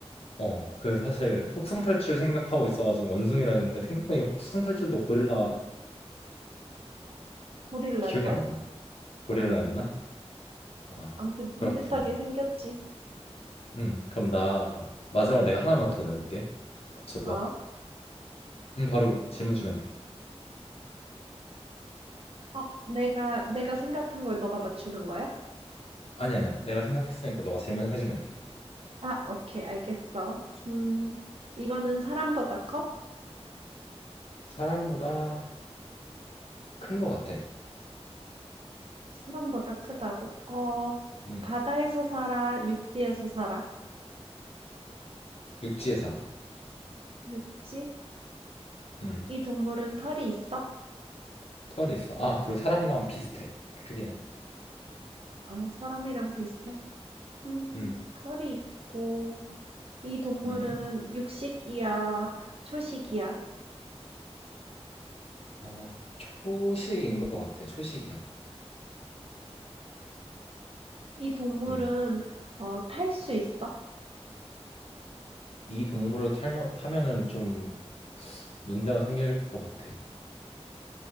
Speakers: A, on the left; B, on the right.
A: 어, 그 사실 혹성탈출 생각하고 있어가지고 원숭이라 했는데 생각보니까 혹성탈출도 고릴라인가?
B: 고릴라일걸?
A: 기억이 안 나네. 고릴라였나?
B: 어.
A: 아,
B: 아무튼 비슷하게
A: 그렇구나.
B: 생겼지.
A: 음, 그럼 나 마지막으로 내가 하나만 더 내볼게. 맞춰봐.
B: 어?
A: 음, 바로 질문 주면 돼.
B: 어 내가 내가 생각한 걸 너가 맞추는 거야?
A: 아니 아니야. 내가 생각했으니까 너가 질문해주면 돼.
B: 아 오케이 알겠어. 음 이거는 사람보다 커?
A: 사람보다 큰 거 같아.
B: 사람보다 크다고? 어,
A: 음,
B: 바다에서 살아, 육지에서 살아?
A: 육지에 살아.
B: 육지?
A: 음,
B: 이 동물은 털이 있어?
A: 털이 있어. 아, 그리고 사람이랑 비슷해. 크기는.
B: 아, 사람이랑 비슷해. 음,
A: 음.
B: 털이 있고, 이 동물은
A: 음.
B: 육식이야, 초식이야?
A: 어, 초식인 것 같아. 초식이야.
B: 이 동물은,
A: 음.
B: 어, 탈 수
A: 음.
B: 있어?
A: 이 동물을 타면, 타면은 좀 문제가 생길 것 같아.